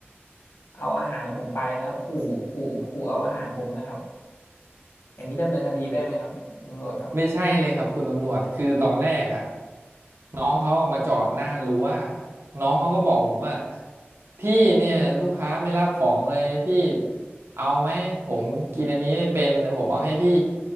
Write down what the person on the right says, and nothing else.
ไม่ใช่เลยครับคุณตำรวจคือตอนแรกอะน้องเขาอะมาจอดหน้ารั้วน้องเขาก็บอกผมว่าพี่เนี่ยลูกค้าไม่รับของเลยพี่เอาไหมผมกินอันนี้ไม่เป็นเดี๋ยวผมเอาให้พี่